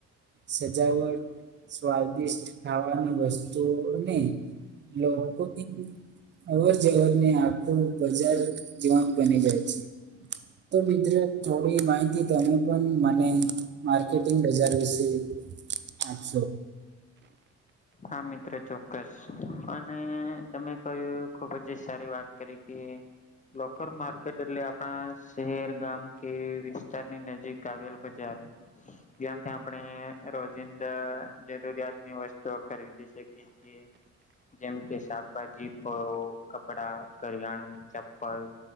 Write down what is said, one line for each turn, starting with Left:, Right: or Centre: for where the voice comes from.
Right: સજાવટ સ્વાદિષ્ટ ખાવાની વસ્તુઓને લોકો હવે જવર ને આખું બજાર જીવન બની જાય છે. તો મિત્ર થોડી માહિતી તમે મનેકેટંગ બજાર વિશે આપો
Left: હા મિત્રો ચોક્કસ અને તમે કહ્યું ખુબ જ સારી વાત કરી કે લોકલ માર્કેટ એટલે આપણા શહેર ગામ કે વિસ્તારની નજીક આવેલ બજાર. ત્યાંથી આપણે રોજિંદા જરૂરિયાત ની વસ્તુ ખરીદી શકે છે. જેમ કે શાકભાજી ફળો કપડા ઘરિયાાણું ચપ્પલ